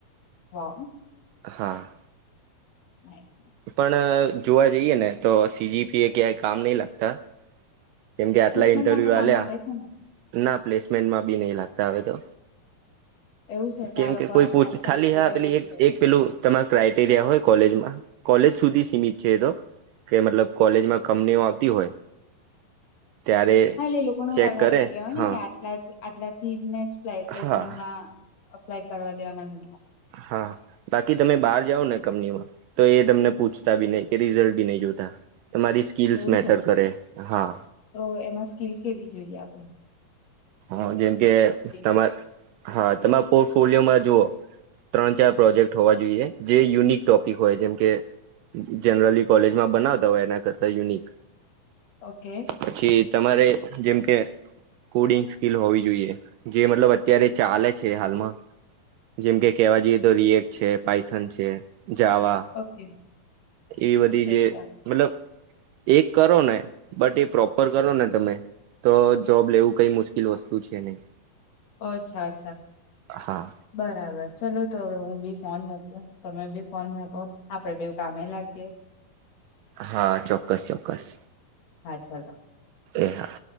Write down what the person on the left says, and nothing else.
વાવ
નાઇસ નાઇસ.
પ્લેસમેન્ટમાં
તો કામ
લાગે છે ને
એવું છે
તો આ લોકો
પીવડાવે
જ
છે
હા એ લોકો ન
કાઈટેરિયા
હોય ને
કે આટલાજ આટલાથીને પ્લેસમેન્ટમાં
અપ્લાય કરવા દેવાનાં
એવું
છે.
તો એમાં સ્કિલ્સ કેવી જોઈએ આપડે?
છે
ઓકે.
ઓકે
અચ્છા
અચ્છા અચ્છા
બરાબર. ચલો તો હવે હું બી ફોન મૂકું. તમે બી ફોન મુકો. આપડે બેવ કામે લાગીયે
હા ચાલો.